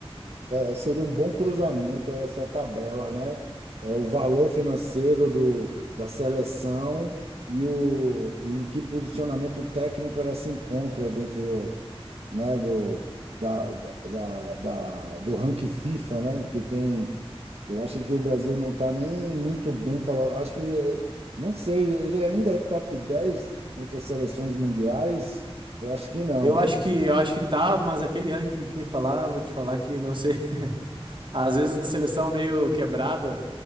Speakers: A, on the right; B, on the right.
A: é, é, seria um bom cruzamento essa tabela, né? É o valor financeiro do, da seleção e o e em que posicionamento técnico ela se encontra dentro né, do, da, da, da, da- do ranking FIFA, né, que tem. Eu acho que o Brasil não está nem muito bem colocado. Acho que, ele- não sei, ele ainda é top 10 entre as seleções mundiais? Eu acho que não.
B: Eu acho que eu acho que tá, mas aquele ranking FIFA lá, vou te falar que não sei. <laughs> Às vezes a seleção meio quebrada,